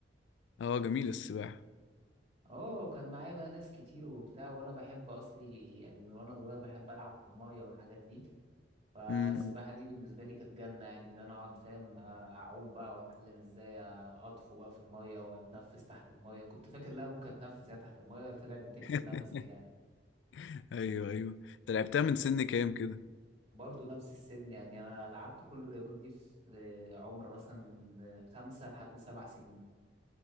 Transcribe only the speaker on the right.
اه كان معايا بقى ناس كتير وبتاع وانا بحب اصلي يعني من وانا صغير بحب العب في المية والحاجات دي فالسباحة
دي بالنسبة لي كانت جنة يعني اللي أنا أقعد فاهم أعوم بقى وأتعلم إزاي أطفو بقى في المية وأتنفس تحت المية كنت فاكر لا ممكن أتنفس يعني تحت المية طلعت بتكتم
نفسك يعني
برضه نفس السن يعني أنا لعبت كل الرياضات دي في عمر مثلا من خمسة لحد سبع سنين